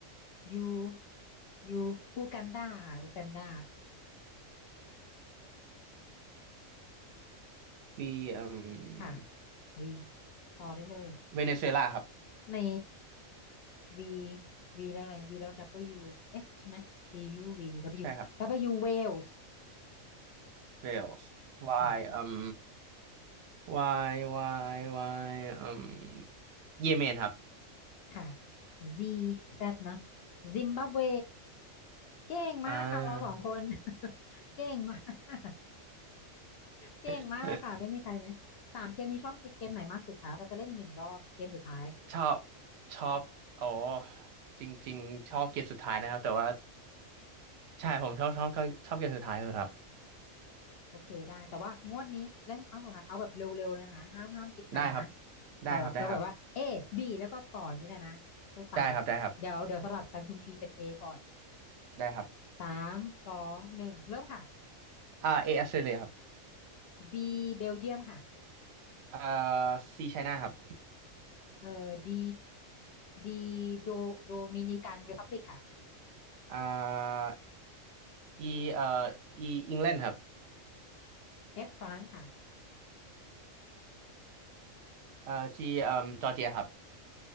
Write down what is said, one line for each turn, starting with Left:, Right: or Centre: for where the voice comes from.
Left: ยูยูอูกันดาค่ะอูกันดา
Right: ที่อืม
Left: ค่ะวีต่อได้เลย
Right: เวเนซุเอลาครับ
Left: เน่วีวีแล้วอะไรวีแล้ว W เอ๊ะใช่ไหม T U V W
Right: ใช่ครับ
Left: W Wales
Right: เวลส์วายอืม
Left: ค่ะ
Right: วายวายวายอืมเยเมนครับ
Left: ค่ะ Z Z เนอะซิมบับเวเก่งมากค่ะเราสองคน
Right: อ่า
Left: <laughs> เก่งมาก <laughs> เก่งมากเลยค่ะไม่มีใครเนี่ยสามเกมนี้ชอบเกมไหนมากสุดคะเราจะเล่นอีกหนึ่งรอบเกมสุดท้าย
Right: <laughs> ชอบชอบอ๋อจริงๆชอบเกมสุดท้ายนะครับแต่ว่าใช่ผมชอบชอบชอบเกมสุดท้ายครับ
Left: โอเคได้แต่ว่างวดนี้เล่นครั้งสุดท้ายเอาแบบเร็วๆเลยนะคะห้ามห้ามคิดนานนะ
Right: ได้ครับได้ครับได้ครับ
Left: เอาแบบเราแบบว่า A B แล้วก็ต่ออย่างนี้เลยนะสู้ตายเดี๋ยวเดี๋ยวสลับกันคุณพีเป็น
Right: ได้ครับได้ครับ
Left: A ก่อน
Right: ได้ครับ
Left: สามสองหนึ่งเริ่มค่ะ
Right: อ่าเอออสเตรเลียครับ
Left: B เบลเยียมค่ะ
Right: อ่าซีไชน่าครับ
Left: เอ่อดีดีโดโดมินิกันรีพับลิกค่ะ
Right: อ่าอีเอ่ออีอังกฤษครับ
Left: F ฝรั่งค่ะ
Right: อ่าจีเอ่อจอร์เจียครับ